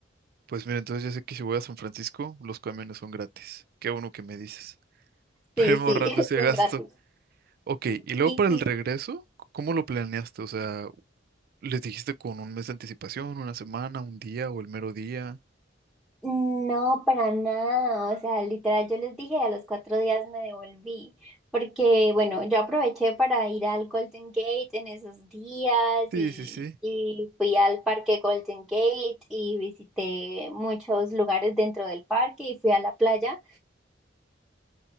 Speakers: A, on the right; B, in the centre.
A: Pues mira, entonces ya sé que si voy a San Francisco, los camiones son gratis. Qué bueno que me dices. <laughs> Para
B: Sí,
A: irme
B: sí,
A: ahorrando
B: <laughs>
A: ese
B: son
A: gasto.
B: gratis.
A: Ok, y luego
B: Sí,
A: para
B: sí.
A: el regreso, c- ¿cómo lo planeaste? O sea, ¿les dijiste con un mes de anticipación, una semana, un día o el mero día?
B: No, para nada. O sea, literal, yo les dije, a los cuatro días me devolví. Porque, bueno, yo aproveché para ir al Golden Gate en esos días
A: Sí,
B: y,
A: sí, sí.
B: y fui al parque Golden Gate y visité muchos lugares dentro del parque y fui a la playa.